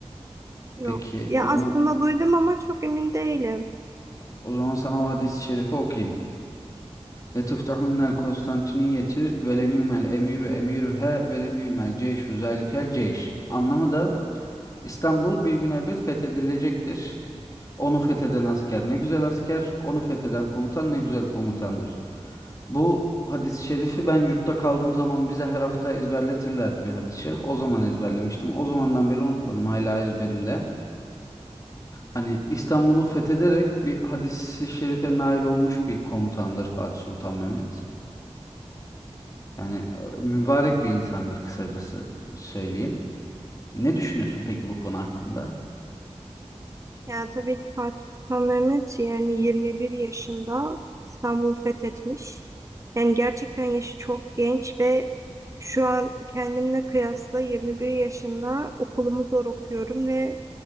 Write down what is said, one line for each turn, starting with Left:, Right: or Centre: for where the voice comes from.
Right: yok.
Left: Peki
Right: Ya
Left: o zaman
Right: aslında duydum ama çok emin değilim.
Left: o zaman sana o hadis-i şerifi okuyayım. Letuftahunel Konstantiniyeti velenümel emiru emiruhe velenümel ceyşu zalikel ceyş. Anlamı da İstanbul bir gün elbet fethedilecektir. Onu fetheden asker ne güzel asker, onu fetheden komutan ne güzel komutandır. Bu hadis-i şerifi ben yurtta kaldığım zaman bize her hafta ezberletirlerdi bir hadis-i şerif. O zaman ezberlemiştim. O zamandan beri unutmadım. Hala ezberimde. Hani İstanbul'u fethederek bir hadis-i şerife nail olmuş bir komutandır Fatih Sultan Mehmet. Yani e, mübarek bir insandır kısacası söyleyeyim. Ne düşünüyorsun peki bu konu hakkında?
Right: Ya tabii ki Fatih Sultan Mehmet yani 21 yaşında İstanbul'u fethetmiş. Yani gerçekten yaşı çok genç ve şu an kendimle kıyasla 21 yaşında okulumu zor okuyorum ve